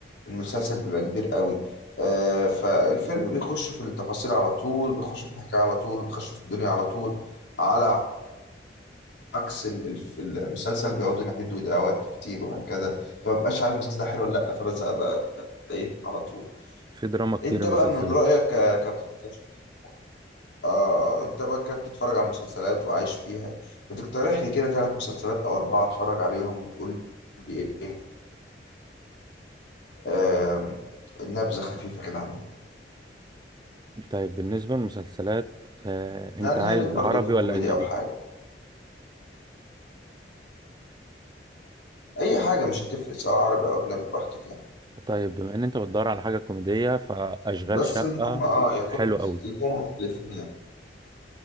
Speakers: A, on the left (about 90°); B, on the right (about 25°).
A: المسلسل بيبقى كبير قوي آه، فالفيلم بيخش في التفاصيل على طول بيخش في الحكاية على طول بيخش في الدنيا على طول على عكس ال- الف- المسلسل بيقعدوا يمهدوا ويضيعوا وقت كتير وهكذا فمبقاش عارف المسلسل ده حلو ولا لا فبزهق بقى ايه على طول
B: في دراما كتير
A: انت بقى
B: المسلسلات
A: من رأيك ك- كبت... ك- آه انت بقى كبتتفرج على المسلسلات وعايش فيها بتقترح لي كده ثلاث مسلسلات او اربعة اتفرج عليهم وتقول لي ايه آم، نبذة خفيفة كده عنهم
B: طيب بالنسبة للمسلسلات آه،
A: يعني
B: انت عايز
A: يا ريت برضه
B: عربي
A: يكون
B: ولا
A: كوميديا
B: اجنبي
A: او حاجه اي حاجه مش هتفرق سواء عربي او اجنبي براحتك يعني
B: طيب بما ان انت بتدور على حاجة كوميدية فاشغال
A: بس
B: شقة
A: المهم اه يكون
B: حلو قوي
A: يكون مختلفين يعني